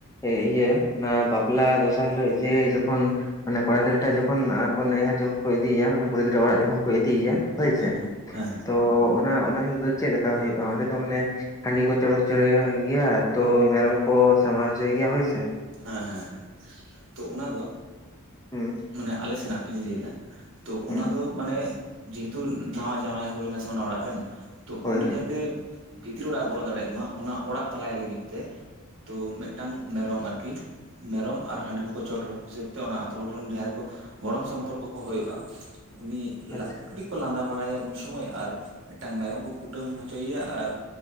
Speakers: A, on the left; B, on the right.
A: ᱤᱭᱟᱹ ᱚᱱᱟ ᱵᱟᱯᱞᱟ ᱫᱚᱥᱟᱨ ᱦᱤᱞᱳᱜ ᱡᱮ ᱡᱚᱠᱷᱚᱱ ᱢᱟᱱᱮ ᱠᱚᱲᱟ ᱜᱤᱫᱽᱨᱟᱹ ᱴᱟᱜ ᱡᱚᱠᱷᱚᱱ ᱱᱭᱦᱟᱹᱨ ᱡᱚᱠᱷᱚᱱ ᱠᱚ ᱤᱫᱮ ᱢᱟᱱᱮ ᱠᱩᱲᱤ ᱜᱤᱫᱽᱨᱟᱹ ᱚᱲᱟᱜ ᱡᱚᱠᱷᱚᱱ ᱠᱚ ᱤᱫᱤᱭᱮᱭᱟ ᱦᱳᱭ
B: ᱦᱮᱸ
A: ᱥᱮ
B: ᱦᱮᱸ ᱦᱮᱸ ᱦᱮᱸ
A: ᱛᱚ ᱚᱱᱟ ᱚᱱᱟ ᱦᱤᱥᱟᱹᱛᱮ ᱪᱮᱫ ᱞᱮᱠᱟ ᱦᱩᱭᱩᱜᱼᱟ ᱚᱸᱰᱮ ᱫᱚ ᱢᱟᱱᱮ ᱦᱟᱺᱰᱤ ᱠᱚ ᱪᱚᱲ ᱜᱮᱭᱟ ᱛᱚ ᱢᱮᱨᱚᱢ ᱠᱚ ᱥᱟᱢᱟᱜ ᱦᱚᱪᱚ ᱜᱮᱭᱟ ᱦᱳᱭ ᱥᱮ
B: ᱦᱮᱸ ᱦᱮᱸ ᱦᱮᱸ ᱛᱚ ᱚᱱᱟ ᱫᱚ
A: ᱦᱩᱸ
B: ᱢᱟᱱᱮ ᱟᱞᱮ ᱥᱮᱱᱟᱜ ᱞᱤᱧ ᱞᱟᱹᱭ ᱮᱫᱟ ᱛᱚ
A: ᱦᱩᱸ
B: ᱚᱱᱟ ᱫᱚ ᱢᱟᱱᱮ ᱡᱮᱦᱮᱛᱩ ᱱᱟᱣᱟ ᱡᱟᱶᱟᱭ ᱦᱩᱭ ᱱᱟ ᱥᱮ ᱚᱱᱟ ᱚᱲᱟᱜ ᱨᱮᱱ ᱛᱚ
A: ᱦᱳᱭ
B: ᱩᱱᱤ
A: ᱦᱳᱭ
B: ᱡᱟᱛᱮ ᱵᱷᱤᱛᱤᱨ ᱚᱲᱟᱜ ᱮ ᱵᱚᱞᱚ ᱫᱟᱲᱮᱭᱟᱜ ᱢᱟ ᱚᱱᱟ ᱚᱲᱟᱜ ᱛᱟᱞᱟᱭ ᱞᱟᱹᱜᱤᱫ ᱛᱮ ᱛᱚ ᱢᱤᱫᱴᱟᱝ ᱢᱮᱨᱚᱢ ᱟᱨ ᱠᱤ ᱢᱮᱨᱚᱢ ᱟᱨ ᱦᱟᱺᱰᱤ ᱠᱚᱠᱚ ᱪᱚᱴᱚᱨ ᱦᱤᱥᱟᱹᱵ ᱛᱮ ᱚᱱᱟ ᱟᱛᱳ ᱦᱚᱲ ᱨᱮᱱ ᱡᱟᱦᱟᱸᱭ ᱠᱚ ᱜᱚᱲᱚᱢ ᱥᱚᱢᱯᱚᱨᱠᱚ ᱠᱚ ᱦᱩᱭᱩᱜᱼᱟ ᱩᱱᱤ
A: ᱟᱪᱪᱷᱟ
B: ᱞᱟᱜ ᱠᱟᱹᱴᱤᱡ ᱠᱚ ᱞᱟᱸᱫᱟ ᱵᱟᱲᱟᱭᱟ ᱩᱱ ᱥᱚᱢᱚᱭ ᱟᱨ ᱢᱤᱫᱴᱟᱝ ᱢᱮᱨᱚᱢ ᱠᱚ ᱠᱩᱴᱟᱹᱢ ᱦᱚᱪᱚᱭᱮᱭᱟ ᱟᱨ